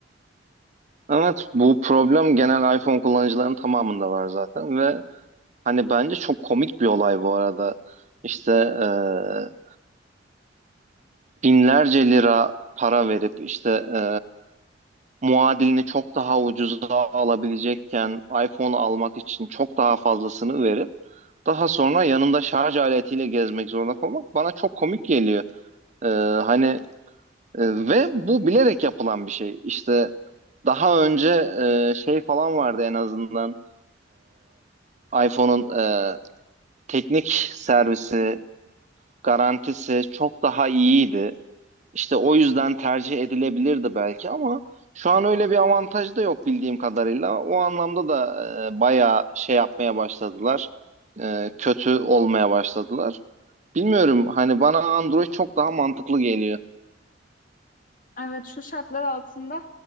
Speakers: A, on the right (about 40°); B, on the left (about 45°).
A: Evet, bu problem genel iPhone kullanıcıların tamamında var zaten ve hani bence çok komik bir olay bu arada. İşte e, binlerce lira para verip işte e, muadilini çok daha ucuza alabilecekken iPhone almak için çok daha fazlasını verip daha sonra yanında şarj aletiyle gezmek zorunda kalmak bana çok komik geliyor. Ee, hani e, ve bu bilerek yapılan bir şey. İşte daha önce e, şey falan vardı en azından e, iPhone'un e, teknik servisi, garantisi çok daha iyiydi. İşte o yüzden tercih edilebilirdi belki ama şu an öyle bir avantaj da yok bildiğim kadarıyla. O anlamda da e, bayağı şey yapmaya başladılar. E, kötü olmaya başladılar. Bilmiyorum hani bana Android çok daha mantıklı geliyor.
B: Evet şu şartlar altında